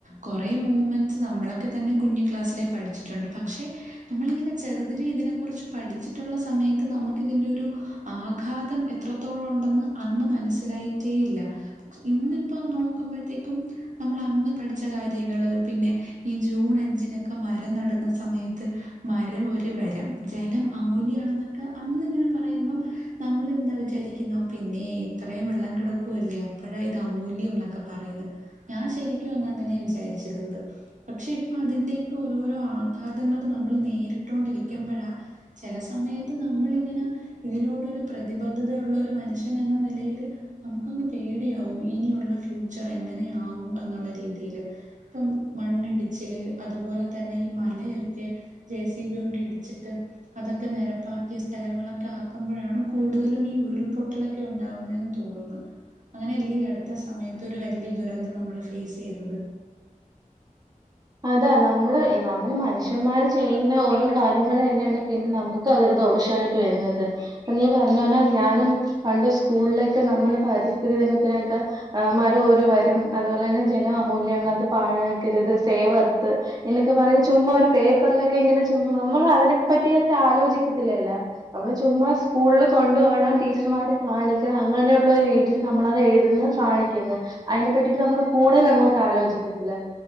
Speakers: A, on the right; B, on the right.
A: കോറേ മൂവ്മെന്റ്സ് നമ്മളക്കെ തന്നെ കുഞ്ഞി ക്ലാസ്സ്ലെ പഠിച്ചിട്ടുണ്ട് പക്ഷെ നമ്മളിങ്ങനെ ചെറുതിലെ ഇതിനെ കുറിച്ച് പഠിച്ചിട്ടുള്ള സമയത്ത് നമുക്ക് ഇതിന്റെ ഒരു ആഘാതം എത്രത്തോളം ഉണ്ടെന്ന് അന്ന് മനസ്സിലായിട്ടേയില്ല ഇന്ന് ഇപ്പോ നോ ക്കുമ്പഴത്തേക്കും നമ്മള് അന്ന് പഠിച്ച കാര്യങ്ങള് പിന്നെ ഈ ജൂൺ അഞ്ചിന് ക്ക മരം നട്ന്ന സമയത്ത് മരം ഒരു വരം ജലം അമൂല്യാണന്നൊക്കെ അന്ന് ഇങ്ങനെ പറയുമ്പം നമ്മളെന്താ വിചാരിക്കുന്ന ഒ പിന്നെ ഇത്രയും വെള്ളം കിടക്കുവല്ലേ അപ്പഴാ ഇത് അമൂല്യം ന്നൊക്ക പറയുന്ന ഞാൻ ശരിക്കും അന്ന് അങ്ങനെ വിചാരിച്ചിരുന്നത് പക്ഷെ ഇപ്പ അതിന്റെയേക്ക ഓരോരോ ആഘാതങ്ങള് നമ്മള് നേരിട്ടോണ്ടിരിക്കുമ്പഴ ചെല സമയത്ത് നമ്മള് ഇങ്ങന ഇതിനോട് ഒരു പ്രതിബദ്ധതയുള്ള ഒരു മനുഷ്യൻ എന്ന നിലയില് നമുക്കൊന്ന് പേടിയാവും ഇനിയുള്ള ഫ്യൂച്ചർ എങ്ങനെയാവും എന്നുള്ള രീതിയില് ഇപ്പം മണ്ണിടിച്ചില് അതുപോലെ തന്നെ ഈ മലയൊക്കെ ജേ സി ബി കൊണ്ട് ഇടിച്ചിട്ട് അതൊക്കെ നെരപ്പാക്കി സ്ഥലങ്ങളൊക്ക ആക്കുമ്പഴാണ് കൂടുതലും ഈ ഉരുൾപൊട്ടലൊ ഉണ്ടാവുന്നെന്ന് തോന്നുന്നു. അങ്ങനെയല്ലെ ഈ അടുത്ത സമയ ത് ഒരു വല്ല്യ ദുരന്തം നമ്മള് ഫേസ് ചെയ്തത്
B: അതാ നമ്മള് നമ്മള് മനുഷ്യന്മാര് ചെയ്യുന്ന ഓരോ കാര്യങ്ങള് തന്നെണ് പിന്നെ നമു ക്ക അതരു ദോഷവായിട്ട് വരുന്നത് ഇപ്പ നീ പറഞ്ഞ പോലെ ഞാനും പണ്ട് സ്കൂൾലേക്ക് നമ്മള് പരിസ്ഥിതി ദിനത്തിനെക്കെ ആ മരം ഒരു വരം അതുപോലെന്നെ ജല അമൂല്യാണ് അത് പാഴാക്കരുത് സേവ് എർത്ത് എന്നൊക്കെ പറഞ്ഞ് ചുമ്മാ ഒരു പേപ്പർലൊക്കെ ഇങ്ങനെ ചുമ്മ നമ്മള അതിനെ പറ്റി ഒക്ക ആലോചിക്കത്തില്ലല്ലോ നമ്മള് ചുമ്മാ സ്കൂൾല് കൊണ്ട് പോണം ടീച്ചർമാരെ കാണിക്കണം അങ്ങനെയുള്ള ഒരു രീതിയില് നമ്മള അത് എഴുതുന്ന കാണിക്കുന്നു. അയിനെ പറ്റിയിട്ട് നമ്മള് കൂടുതല് അങ്ങോട്ട് ആലോചിക്കത്തില്ല